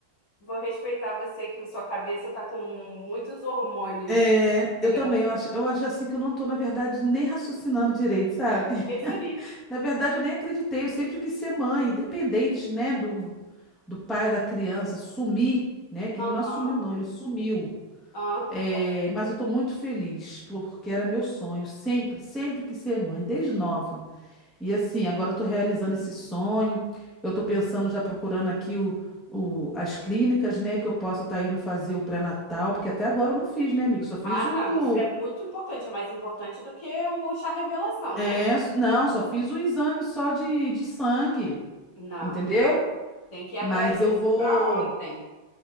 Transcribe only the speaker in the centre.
É, eu
também, eu acho, eu acho assim que eu não tô, na verdade, nem raciocinando direito, sabe? <laughs>
Na verdade, eu nem acreditei, eu sempre quis ser mãe, independente, né, do, do pai da criança sumir, né? Que
ele não assumiu, não, ele sumiu.
É, mas eu tô muito feliz, porque era meu sonho, sempre, sempre quis ser mãe, desde nova. E assim, agora eu tô realizando esse sonho. Eu tô pensando já procurando aqui o, o- as clínicas, né, que eu possa estar indo fazer o pré-natal, porque até agora eu não fiz, né, amigo? Só fiz
o
é,
s- não, só fiz o exame só de, de sangue,
entendeu?
Mas eu
vou,